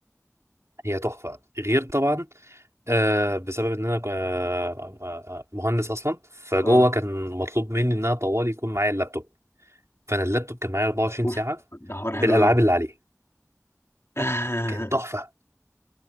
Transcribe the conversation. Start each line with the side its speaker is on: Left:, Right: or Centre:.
Right: هي تحفه غير طبعا آه بسبب ان انا آه آه، آه، مهندس اصلا فجوه
Left: اه
Right: كان مطلوب مني ان انا طوال يكون معايا اللابتوب فانا اللابتوب كان معايا 24
Left: اوف
Right: ساعه
Left: ده حوار
Right: بالالعاب
Left: حلو قوي
Right: اللي عليه
Left: <laughs>
Right: لا كانت تحفه